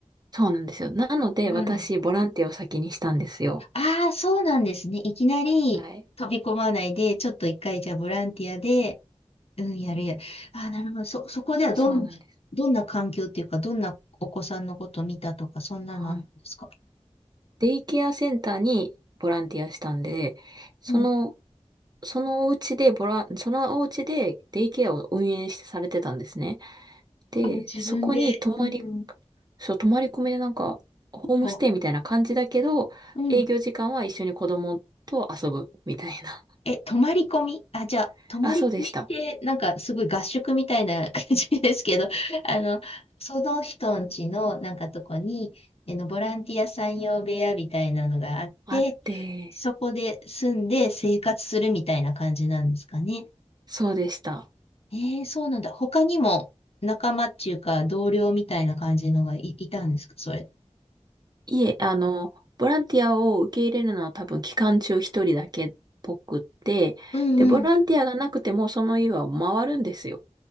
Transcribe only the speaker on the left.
うん。
ああ、そうなんですね。いきなり飛び込まないで、
ちょっと一回じゃあボランティアで、うん、やるやる。あー、なるほど。そ、そこではどん、
どんな環境っていうか、どんなお子さんのことを見たとか、そんなのあるんですか
うん。
あ、自分で、
うん、
と、うん。
え、泊まり込みあ、じゃあ、
泊まり込みって、
なんかすごい合宿みたいな感じですけど、あの、その人んちのなんかとこに、あの、ボランティアさん用部屋みたいなのがあって、
そこで住んで生活するみたいな感じなんですかね。
ええそうなんだ。他にも仲間っていうか同僚みたいな感じのがい、いたんですか、それ。
うんうん。